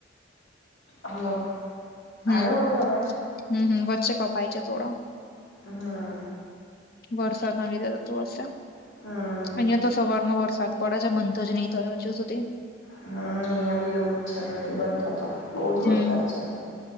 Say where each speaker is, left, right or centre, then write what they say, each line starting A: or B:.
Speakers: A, on the left; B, on the left.
A: હલો
B: હમ
A: આવ્યો હવે અવાજ
B: હમ હ વચ્ચે કપાય છે થોડો
A: હા
B: વરસાદ ના લીધે થતું હશે.
A: હમ
B: અહિયાં તો સવારનો વરસાદ પડે છે બંધ જ નહી થયો હજુ સુધી
A: હમ અહિયાં બી એવું જ છે નથી બંધ થતો બહુ જ
B: હમ
A: વરસાદ છે.